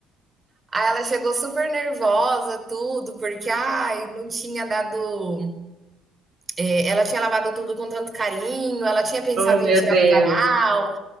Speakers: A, on the right; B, on the right.
A: Aí ela chegou super nervosa, tudo, porque ai, não tinha dado. é, ela tinha lavado tudo com tanto carinho, ela tinha pensado
B: Oh, meu
A: em tirar
B: Deus.
A: do varal.